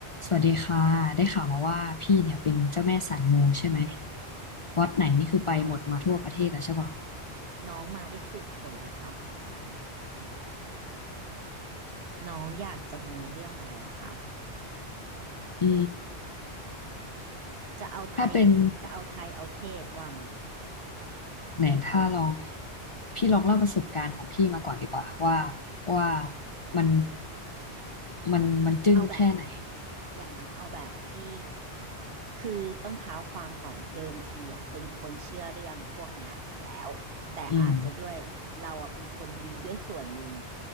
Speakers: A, on the left (about 40°); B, on the right (about 60°).
A: สวัสดีค่ะได้ข่าวมาว่าพี่เนี่ยเป็นเจ้าแม่สายมูใช่ไหมวัดไหนนี่คือไปหมดมาทั่วประเทศแล้วใช่ปะ
B: น้องน้องมาได้ถูกคนละค่ะน้องอยากจะมูเรื่องอะไรล่ะคะ
A: อืม
B: จะเอาไทยจะเอาไทยเอาเทศว่ามา
A: ถ้าเป็นไหนถ้าลองพี่ลองเล่าประสบการณ์ของพี่มาก่อนดีกว่าว่าว่ามันมันมันจึ้งแค่ไหน
B: เอาแบบอย่างนั้นเอาแบบที่คือต้องเท้าความก่อนเดิมทีอ่ะเป็นคนเชื่อเรื่องพวกเนี้ยอยู่แล้วแต่อาจจะด้วยเราอ่ะเป็นคนดีด้วยส่วนหนึ่ง
A: อืม